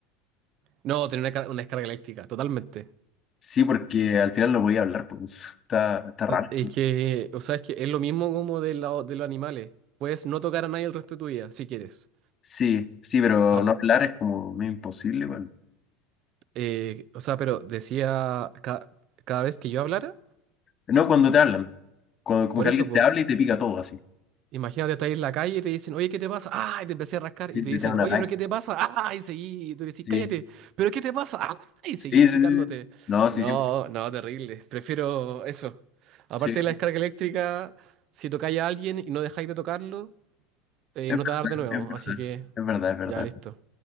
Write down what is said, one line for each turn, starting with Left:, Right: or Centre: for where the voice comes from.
Right: No, tener una, car- una descarga eléctrica, totalmente.
Left: Sí, porque al final no voy a hablar, pues está, está raro.
Right: Es
Left: Sí,
Right: que, o sea, es que es lo mismo como de, la- de los animales. Puedes no tocar a nadie el resto de tu vida, si quieres.
Left: sí, sí, pero
Right: Ap-
Left: no hablar es como medio imposible, bueno.
Right: eh, o sea, pero decía ca- cada vez que yo hablara,
Left: No cuando te hablan. Cuando- como
Right: por
Left: que
Right: eso,
Left: alguien
Right: po.
Left: te habla y te pica todo así.
Right: Imagínate, estar en la calle y te dicen, oye, ¿qué te pasa? ¡Ah! Y te empecé a rascar.
Left: Sí,
Right: Y te
Left: te
Right: dicen,
Left: te da un
Right: oye,
Left: ataque.
Right: ¿pero qué te pasa? ¡Ah! Y seguí. Y tú decís,
Left: Sí.
Right: cállate. ¿Pero qué te pasa? ¡Ah! Y
Left: Sí,
Right: seguís picándote.
Left: sí, sí. sí. No, sí,
Right: No,
Left: siempre.
Right: no, terrible. Prefiero eso. Aparte
Left: Sí.
Right: de la descarga eléctrica, si tocáis a alguien y no dejáis de tocarlo, eh,
Left: Es
Right: no
Left: verdad,
Right: te va a dar de nuevo.
Left: es verdad.
Right: Así que,
Left: Es verdad, es verdad.
Right: ya, listo.